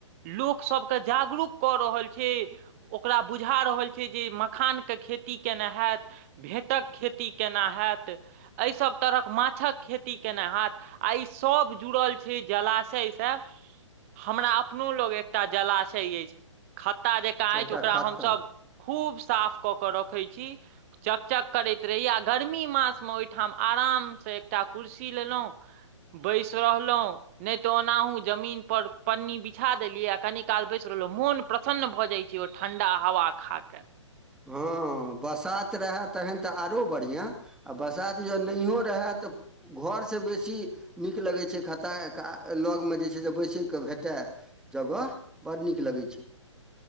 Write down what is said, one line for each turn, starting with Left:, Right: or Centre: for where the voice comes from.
Right: लोकसभके जागरूक कऽ रहल छै ओकरा बुझा रहल छै जे मखानके खेती केना हत भेँटक खेती केना हे‌एत एहिसभ तरहक माछक खेती केना हेएत आ ई सभ जुड़ल छै जलाशयसँ हमरा अपनो लग एकटा जलाशय अछि खत्ता जकाँ
Centre: हेँ एकटा
Right: अछि ओकरा
Centre: खत्ता
Right: हमसभ खूब साफ कऽ कऽ रखैत छी चकचक करैत रहि आ गर्मी मासमे ओहिठाम आरामसँ एकटा कुर्सी लेलहुँ बैसि रहलहुँ नहि तऽ ओनाहुँ जमीन पर पन्नी बिछा देलियै आ कनि काल बैसि रहलहुँ मोन प्रसन्न भऽ जाइ छै ओ ठण्डा हवा खाके
Centre: हँ बसात रहए तखन तऽ आरो बढ़िआँ आ बसाात ज नहिओ रहय तऽ घरसँ बेसी नीक लगै छै खत्ता का लगमे जे छै से बैसयके भेटा जगह बड नीक लगय छै